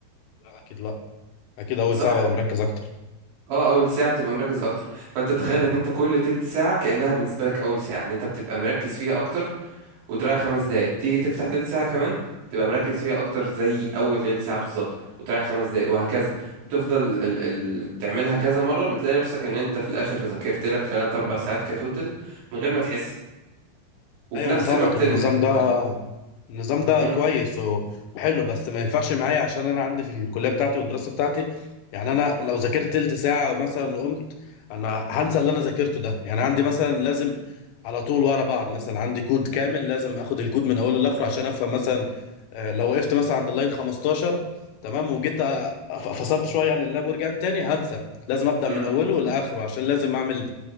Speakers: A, on the left (about 85°); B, on the right (about 85°).
A: لا اكيد لا اكيد اول
B: صح
A: ساعه ببقى مركز اكتر
B: اه اول ساعه بتبقى مركز اكتر فانت تخيل ان انت كل تلت ساعه كانها بالنسبه لك اول ساعه ان انت بتبقى مركز فيها اكتر وتريح خمس دقايق تيجي تفتح تلت ساعه كمان تبقى مركز فيها اكتر زي اول تلت ساعه بالظبط وتريح خمس دقايق وهكذا وتفضل ال ال تعملها كذا مره بتلاقي نفسك ان انت في الاخر ذاكرت لك ثلاث اربع ساعات كتوتل من غير ما تحس وفي
A: ايوه
B: نفس
A: انا فاهمك
B: الوقت
A: النظام
B: ان
A: ده
B: اه
A: النظام ده
B: امم
A: كويس و- وحلو بس ما ينفعش معايا عشان انا عندي في الكليه بتاعتي والدراسه بتاعتي يعني انا لو ذاكرت تلت ساعه مثلا وقمت انا هنسى اللي انا ذاكرته ده يعني عندي مثلا لازم على طول ورا بعض مثلا عندي كود كامل لازم اخد الكود من اوله لاخره عشان افهم مثلا آه، لو وقفت مثلا عند اللاين 15 تمام وجيت أ- ف- فصلت شويه عن اللاب ورجعت تاني هنسى لازم ابدا
B: امم
A: من اوله لاخره عشان لازم اعمل